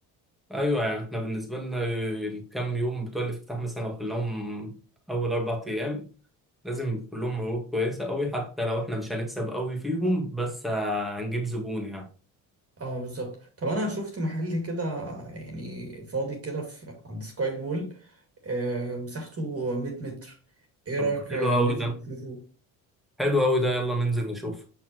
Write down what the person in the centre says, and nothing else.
ايوه يعني احنا بالنسبه لنا الكام يوم بتوع الافتتاح مثلا لو خلاهم اول اربع ايام لازم كلهم مجهود كويسة قوي حتى لو احنا مش هنكسب قوي فيهم بس آه، هنجيب زبون يعني
طب
حلو
قوي
ده
حلو قوي ده يلا ننزل نشوف